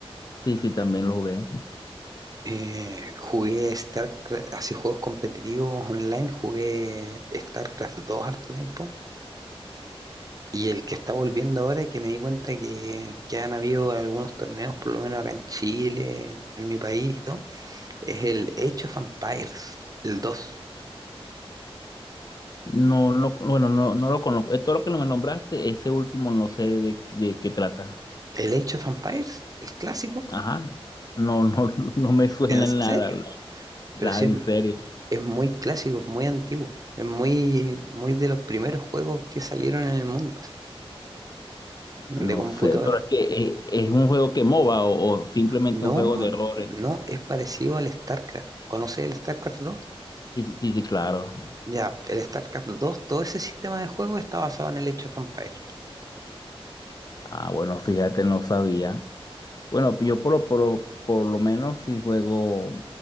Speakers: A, on the left (about 40°); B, on the right (about 35°).
A: Sí, sí, también lo jugué.
B: Eh, jugué StarCraft, así juegos competitivos online, jugué StarCraft 2 harto tiempo. Y el que está volviendo ahora, que me di cuenta que, que han habido algunos torneos, por lo menos acá en Chile, en mi país, y todo. Es el Age of Empires, el dos
A: No, no, bueno, no, no lo conozco. Eh, Todo lo que me nombraste, ese último no sé de, de qué trata.
B: El Age of Empires, el clásico,
A: Ajá. No, no, <laughs> no me suena
B: ¿en serio?
A: en nada, la, la-
B: Pero sí
A: en
B: es,
A: serio.
B: es muy clásico, es muy antiguo. Es muy, muy de los primeros juegos que salieron en el mundo, así, de
A: No
B: computador.
A: sé, pero es que eh, es, un juego que MOBA o, o simplemente
B: No,
A: un juego de errores.
B: no, es parecido al StarCraft. ¿Conoces el StarCraft dos
A: Sí, sí, sí, claro.
B: Ya, el StarCraft dos todo ese sistema de juego está basado en el Age of Empires.
A: Ah, bueno, fíjate, no sabía. Bueno, yo por, lo- por, lo- por lo menos si juego,